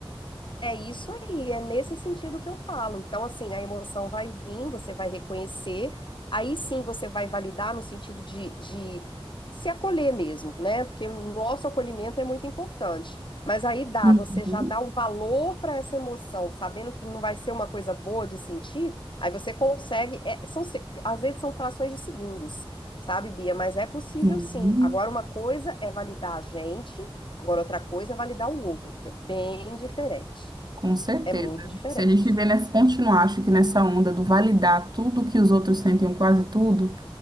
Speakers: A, on the left (about 55°); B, on the right (about 45°).
A: É isso aí, é nesse sentido que eu falo. Então, assim, a emoção vai vir, você vai reconhecer, aí sim você vai validar no sentido de, de se acolher mesmo, né? Porque o nosso acolhimento é muito importante. Mas aí dá,
B: Uhum,
A: você já dá o valor para essa emoção, sabendo que não vai ser uma coisa boa de sentir, aí você consegue. é, são, se- às vezes são frações de segundos, sabe, Bia? Mas é possível
B: sim,
A: sim. Agora, uma coisa é validar a gente. Agora, outra coisa é validar o outro, é bem diferente.
B: com certeza.
A: É muito diferente.
B: Se a gente viver nessa, continuar, acho que nessa onda do validar tudo que os outros sentem, ou quase tudo,